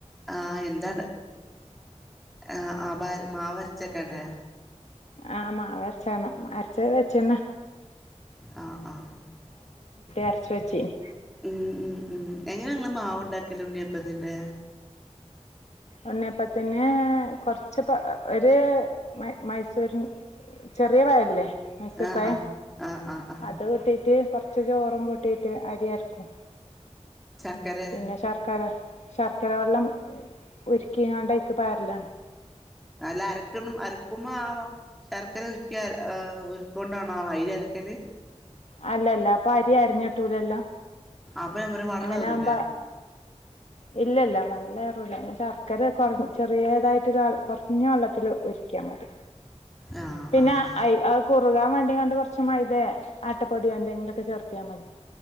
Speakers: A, in the centre; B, on the left.
A: ആഹ് എന്താ ആ ആ പൊ മാവര്ച്ചക്കണ്ടെ
B: ആ മാവര്ച്ചണം അരച്ചത് വെച്ചന്ന
A: ആഹ് ആഹ്
B: അരച്ച് വെച്ചിന്
A: ഉം ഉം ഉം എങ്ങനെ ഇങ്ങള് മാവുണ്ടാക്കല്. ഉണ്ണീയപ്പതിന്റെ
B: ഉണ്ണിയപ്പത്തിന് കൊറച്ച് പ ഒര് മ മൈസൂർ ചെറിയ പായല്ലേ മൈസൂർ
A: ആഹ്
B: പയം
A: ആഹ് ആഹ് ആഹ് ആഹ്
B: അത് കൂട്ടി റ്റ് കൊർച്ച് ചോറും കൂട്ടീറ്റ് അരിയര്ക്കും
A: ചക്കരെ
B: പിന്നെ ശർക്കര ശർക്ക ക്കര വള്ളം ഉര്ക്കിങ്ങാണ്ട്‌ അയ്ക്ക് പാരലാണ്
A: അല്ല അരക്കണം അരക്കുമ്പോ ആ ശർക്കര ഉര്ക്കി ആ ആ ഉര് കൊണ്ടാണോ അയ്രി അരക്കല്
B: അല്ലല്ല അപ്പ അരി അര്ഞ്ഞ്ട്ടൂലല്ലോ
A: അപ്പൊ ഞാൻ പറയാ വള്ളം
B: അങ്ങനെ
A: ഏറൂലേ
B: ആവുമ്പ ഇല്ലല്ല വള്ളെറൂല്ല ശർക്കര കൊർ ചെറ്യേതായിട്ട് ഒരാൾ കൊർഞ്ഞ വള്ളത്തിൽ ഉരുക്കിയാ മതി
A: ആഹ്
B: പിന്നെ
A: ആഹ് ആഹ്
B: അത് അത് കുറുകാൻ വേണ്ടികാണ്ട് കൊർച്ച് മൈതേ ആട്ടപ്പൊടിയോ എന്തെങ്കിലൊക്കെ ചേർത്തിയാ മതി